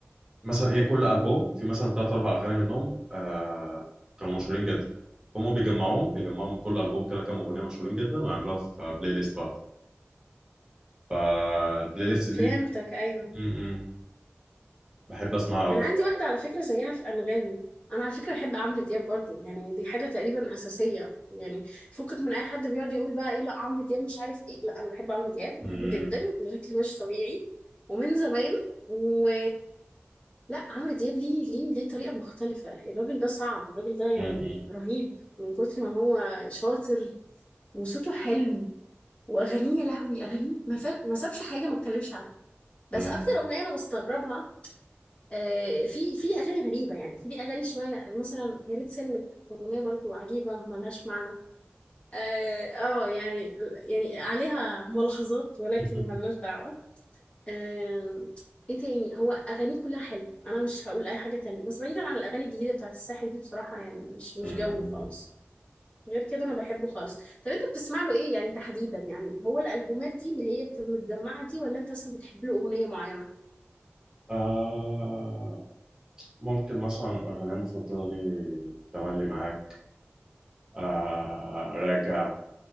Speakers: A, on the right (about 15°); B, on the left (about 30°).
A: مثلا إيه كل ألبوم في مثلا تلات أربع أغاني منهم آه كانوا مشهورين جدا فهم بيجمعوهم بيجمعوا من كل ألبوم كده كام أغنية مشهورين جدا ويعملوها في بلاي ليست واحدة فالبلاي ليست دي
B: فهمتك ايوه
A: م -م. بحب أسمعها أوي
B: انا
A: الصراحة
B: عندي واحده على فكره زيها في انغامي انا على فكره بحب عمرو دياب برضو يعني دي حاجه تقريبا اساسيه يعني فكك من اي حد بيقعد يقول بقى ايه لا عمرو دياب مش عارف ايه لا انا بحب عمرو دياب وبحبه
A: م-
B: جدا بشكل مش طبيعي ومن زمان و لا عمرو دياب ليه ليه ليه طريقه مختلفه الراجل ده صعب الراجل ده يعني
A: م-
B: رهيب من كتر ما هو شاطر وصوته حلو واغانيه يا لهوي اغانيه ما, ف... ما سابش حاجه ما اتكلمش عنها بس
A: م-
B: اكتر اغنيه انا بستغربها آه، في في اغاني غريبه يعني في ليه اغاني شويه مثلا يا ريت سنك اغنيه برضو عجيبه ملهاش معنى اه آه، يعني يعني عليها ملاحظات ولكن
A: م.
B: ملناش
A: <laughs>
B: دعوه آه، ايه تاني هو اغانيه كلها حلوه انا مش هقول اي حاجه تانية بس بعيدا عن الاغاني الجديده بتاعت الساحل دي بصراحه يعني مش مش
A: مم.
B: جوي خالص غير كده انا بحبه خالص طب انت بتسمع له ايه يعني تحديدا يعني هو الالبومات دي اللي هي بتبقى متجمعه دي ولا انت اصلا بتحب له اغنيه معينه
A: آه ممكن مثلا أغنية مفضلة لي تملي معاك آه راجع